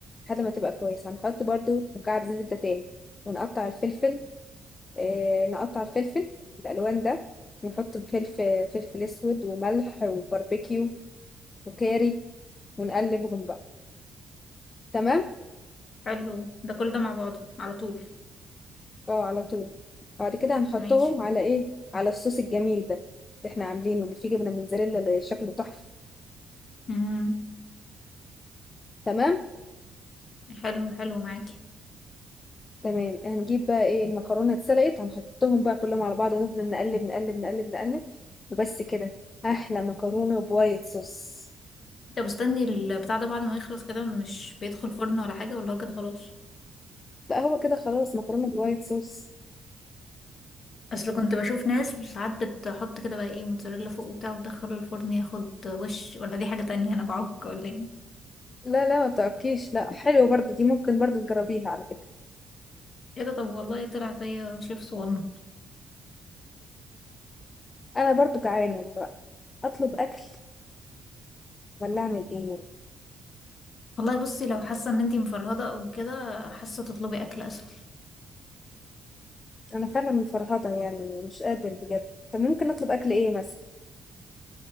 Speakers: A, on the left; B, on the left.
A: لحد ما تبقى كويسة هنحط برضو مكعب زبدة تاني ونقطع الفلفل آه... نقطع الفلفل الألوان ده ونحط فلفل فلفل أسود وملح وباربيكيو وكاري ونقلبهم بقى تمام
B: حلو ده كل ده مع بعضه على طول
A: اه على طول بعد كده هنحطهم
B: ماشي
A: على ايه على الصوص الجميل ده اللي احنا عاملينه اللي فيه جبنة موتزاريلا اللي شكله تحفة
B: امم
A: تمام
B: حلو حلو معاكي
A: تمام هنجيب بقى ايه المكرونه اتسلقت هنحطهم بقى كلهم على بعض ونفضل نقلب نقلب نقلب نقلب وبس كده احلى مكرونه بوايت صوص
B: طب استني البتاع ده بعد ما يخلص كده مش بيدخل فرن ولا حاجة ولا هو كده خلاص
A: لا هو كده خلاص مكرونه بوايت صوص
B: اصل كنت بشوف ناس ساعات بتحط كده بقى ايه موتزاريلا فوق وبتاع وتدخله الفرن ياخد وش ولا دي حاجة تانية انا بعك ولا ايه
A: لا لا ما بتعبكيش لا حلو برضو دي ممكن برضو تجربيها على فكره
B: كده طب والله طلع فيا شيف صغنن
A: انا برضو جعانه بقى اطلب اكل ولا اعمل ايه
B: والله بصي لو حاسة ان انتي مفرهدة او كده حاسة تطلبي اكل اسهل
A: انا فعلا مفرهده يعني مش قادر بجد طب ممكن اطلب اكل ايه مثلا